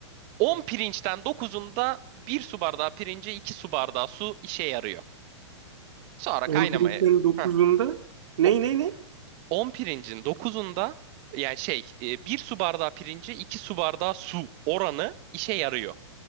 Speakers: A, on the right; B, on the right.
A: 10 pirinçten 9'unda 1 su bardağı pirince 2 su bardağı su işe yarıyor. Sonra
B: 11'den
A: kaynamaya.
B: dokuzunda
A: Heh.
B: ne
A: O,
B: ne ne?
A: 10 pirincin 9'unda yani şey 1 su bardağı pirince 2 su bardağı su oranı işe yarıyor.